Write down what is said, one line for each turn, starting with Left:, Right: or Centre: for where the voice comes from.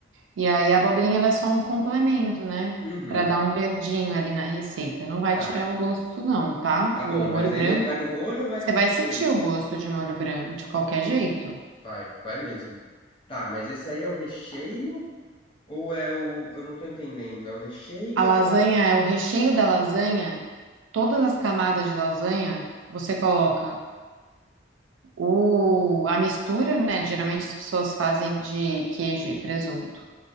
Right: E aí a abobrinha, ela é só um complemento, né?
Left: Uhum,
Right: Pra dar um verdinho ali na receita. Não vai
Left: tá,
Right: tirar o gosto, não, tá?
Left: tá bom,
Right: O molho
Left: mas
Right: branco,
Left: aí ele vai no molho ou vai
Right: você
Left: de recheio?
Right: vai sentir o gosto de molho branco de qualquer jeito.
Left: Vai, vai mesmo. Tá, mas esse aí é o recheio ou é o... Eu não tô entendendo, é o recheio
Right: A
Left: ou
Right: lasanha,
Left: é o...
Right: é o recheio da lasanha, todas as camadas de lasanha, você coloca o, a mistura, né? Geralmente as pessoas fazem de queijo e presunto.